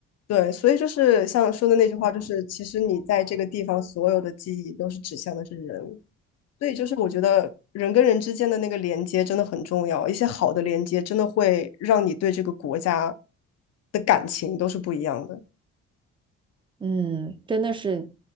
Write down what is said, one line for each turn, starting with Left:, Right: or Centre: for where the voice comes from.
Left: 对，所以就是像说的那句话，就是其实你在这个地方所有的记忆都是指向的是人，所以就是我觉得人跟人之间的那个连接真的很重要，一些好的连接真的会让你对这个国家的感情都是不一样的。
Right: 嗯，真的是，